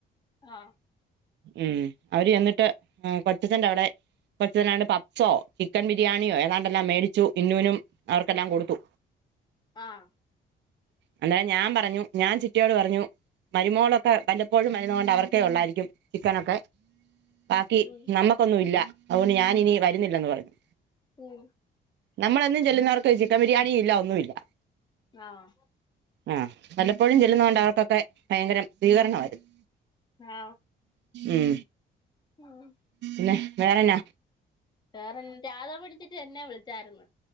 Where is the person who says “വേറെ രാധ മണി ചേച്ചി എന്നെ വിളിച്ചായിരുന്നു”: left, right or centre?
Left